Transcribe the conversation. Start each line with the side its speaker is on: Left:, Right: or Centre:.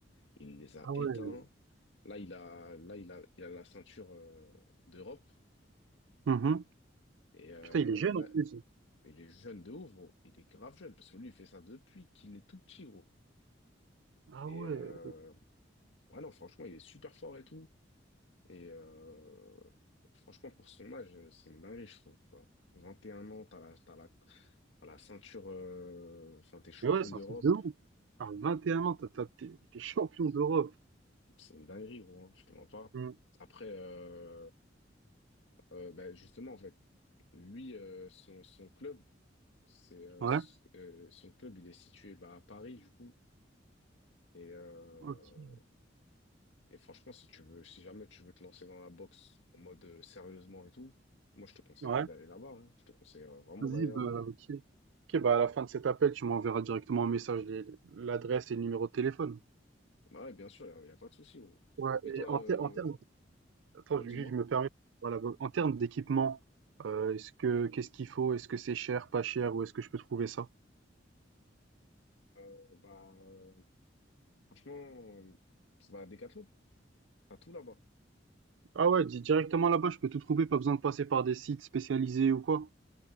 Left: il les a
Right: Ah ouais.
Left: éteints. Là, il a là il a il a la ceinture euh, d'Europe
Right: Mhm.
Left: et euh,
Right: Putain, il est jeune
Left: là,
Right: en plus.
Left: il est jeune de ouf, gros. Il est grave jeune parce que lui, il fait ça depuis qu'il est tout petit, gros.
Right: Ah
Left: Et
Right: ouais.
Left: euh, ouais, non, franchement, il est super fort et tout. Et euh, franchement, pour son âge, euh, c'est une dinguerie, je trouve. tu vois. 21 ans, t'as la, t'as la, t'as la ceinture, euh, enfin, t'es champion
Right: Mais ouais, c'est
Left: d'Europe.
Right: un truc de ouf. À 21 ans, t'as, t'as- t'es, t'es champion d'Europe.
Left: C'est une dinguerie, gros, hein, je te mens pas.
Right: Mhm.
Left: Après, euh, euh, bah, justement, en fait, lui, euh, son, son club, c'est, euh,
Right: Ouais.
Left: s- euh, son club, il est situé bah, à Paris, du coup. Et, euh,
Right: Ok.
Left: et franchement, si tu veux, si jamais tu veux te lancer dans la boxe en mode euh, sérieusement et tout, moi, je te conseillerais
Right: Ouais.
Left: d'aller là-bas. hein. Je te conseille vraiment
Right: Vas-y,
Left: d'aller là-bas.
Right: bah, ok. Ok, bah, à la fin de cet appel, tu m'enverras directement un message, les- l'adresse et le numéro de téléphone.
Left: Bah Ouais, bien sûr, il n'y a, y a pas de souci. gros.
Right: Ouais,
Left: Mais toi,
Right: et en,
Left: euh,
Right: ter- en termes, attends,
Left: euh,
Right: juste,
Left: dis-moi,
Right: je me permets, voilà, en termes d'équipement, euh, est-ce que, qu'est-ce qu'il faut? Est-ce que c'est cher, pas cher, où est-ce que je peux trouver ça?
Left: euh, bah, euh, franchement, tu vas à Decathlon, t'as tout là-bas.
Right: Ah ouais, di- directement là-bas, je peux tout trouver, pas besoin de passer par des sites spécialisés ou quoi?